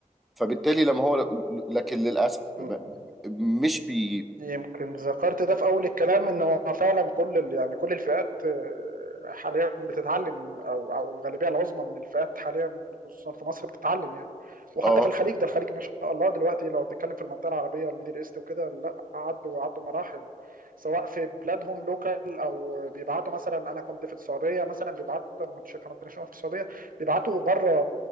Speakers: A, in the centre; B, on the right.
A: فبالتالي لما هو لكن للاسف ب-
B: امم
A: ب- مش بي
B: يمكن ذكرت ده في اول الكلام ان هو فعلا كل ال- يعني كل الفئات آه، حاليا بتتعلم او او الغالبيه العظمى من الفئات حاليا خصوصا في مصر بتتعلم يعني وحتى
A: اه
B: في الخليج ده الخليج ما شاء الله دلوقتي لو بتتكلم في المنطقه العربيه والميدل ايست وكده لا عدوا عدوا مراحل سواء في بلادهم لوكال او بيبعتوا مثلا انا كنت في السعوديه مثلا بيبعتوا انا كنت شركه مالتي ناشونال في السعوديه بيبعتوا بره